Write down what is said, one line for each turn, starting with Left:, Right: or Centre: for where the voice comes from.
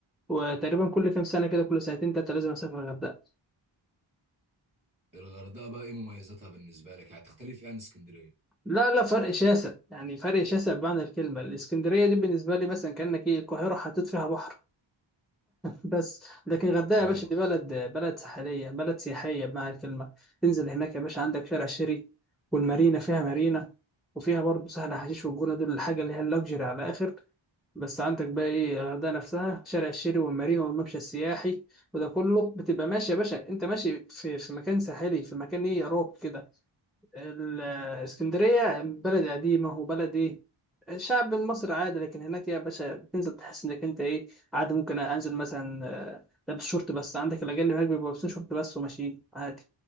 Centre: وتقريبا كل كام سنة كده كل سنتين تلاتة لازم اسافر الغردقة
Right: بيقولوا الغردقه بقى ايه مميزاتها بالنسبه لك يعني تختلف ايه عن اسكندريه
Centre: لا لا فرق شاسع يعني فرق شاسع بمعنى الكلمة الاسكندرية دي بالنسبة لي مثلا كأنك ايه القاهرة حطيت فيها بحر بس لكن الغردقه
Right: ايوه
Centre: يا باشا دي
Right: فاهم
Centre: بلد بلد ساحليه بلد سياحيه بمعنى الكلمه تنزل هناك يا باشا عندك شارع شيري والمارينا فيها مارينا وفيها برضه سهل حشيش والجونه دول الحاجه اللي هي اللاكجري على اخر بس عندك بقى ايه الغردقه نفسها شارع الشيري والمارينا والممشى السياحي وده كله بتبقى ماشي يا باشا انت ماشي في, في مكان ساحلي في مكان ايه يا روك كده الاسكندرية بلد قديمة وبلد إيه الشعب المصري عادي لكن هناك يا باشا بتنزل تحس إنك أنت إيه عادي ممكن أنزل مثلا آه، لابس شورت بس عندك الأجانب هناك بيبقوا لابسين شورت بس وماشيين عادي